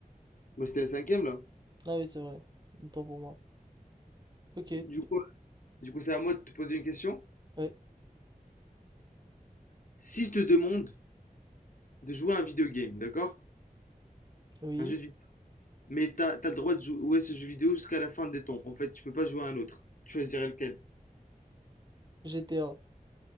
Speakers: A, on the left (about 60°); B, on the right (about 30°).
A: Moi c'était la cinquième là.
B: Ah oui, c'est vrai. Autant pour moi. Ok.
A: Du coup, du coup c'est à moi de te poser une question.
B: Ouais.
A: Si je te demande de jouer à un vidéo game, d'accord?
B: Oui.
A: Un jeu de Mais t'as, t'as le droit de jouer ce jeu vidéo jusqu'à la fin des temps. En fait, tu peux pas jouer à un autre. Tu choisirais lequel?
B: GTA